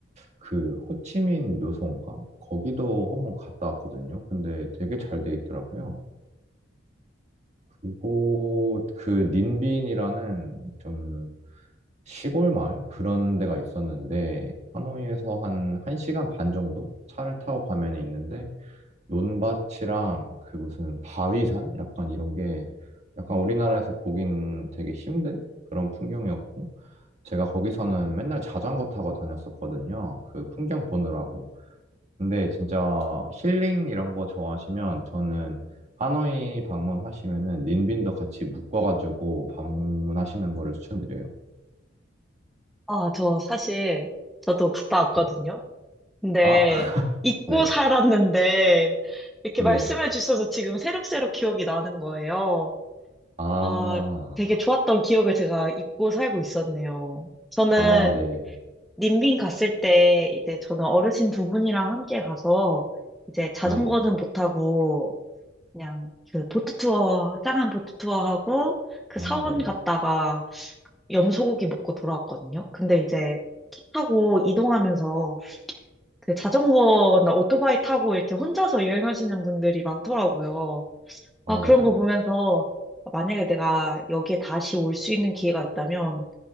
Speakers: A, on the right; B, in the centre.
A: 그 호치민 묘소인가? 거기도 한 번 갔다 왔거든요. 근데 되게 잘 돼 있더라고요. 그리고 그 닌빈이라는 좀 시골 마을 그런 데가 있었는데 하노이에서 한 1시간 반 정도 차를 타고 가면 있는데 논밭이랑 그 무슨 바위산 약간 이런 게 약간 우리나라에서 보긴 되게 힘든 그런 풍경이었고 제가 거기서는 맨날 자전거 타고 다녔었거든요. 그 풍경 보느라고. 근데 진짜 힐링 이런 거 좋아하시면 저는 하노이 방문하시면은 닌빈도 같이 묶어가지고 방문하시는 거를 추천드려요.
B: 아, 저 사실, 저도 갔다 왔거든요.
A: 네.
B: 네,
A: 아,
B: 잊고
A: 네,
B: 살았는데, 이렇게
A: 네.
B: 말씀해 주셔서 지금 새록새록 기억이 나는 거예요.
A: 아,
B: 아, 되게 좋았던 기억을 제가 잊고 살고 있었네요. 저는
A: 아, 네,
B: 님빈 갔을 때, 이제 저는 어르신 두 분이랑 함께 가서, 이제 자전거는
A: 네.
B: 못 타고, 그냥 그 보트 투어, 짱한 보트 투어 하고, 그
A: 아,
B: 사원
A: 네네.
B: 갔다가 염소고기 먹고 돌아왔거든요. 근데 이제 차 타고 이동하면서 그 자전거나 오토바이 타고 이렇게 혼자서 여행하시는 분들이 많더라고요.
A: 아,
B: 아, 그런
A: 맞아요.
B: 거 보면서 만약에 내가 여기에 다시 올 수 있는 기회가 있다면